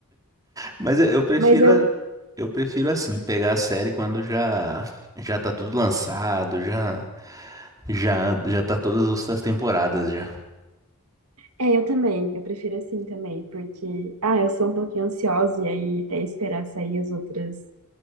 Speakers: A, on the right; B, on the right.
A: Mas eu, eu prefiro,
B: Mas eu,
A: a- eu prefiro assim, pegar a série quando já já tá tudo lançado, já já já tá todas os- as temporadas já.
B: é, eu também. Eu prefiro assim também, porque, ah, eu sou um pouquinho ansiosa e aí até esperar sair as outras,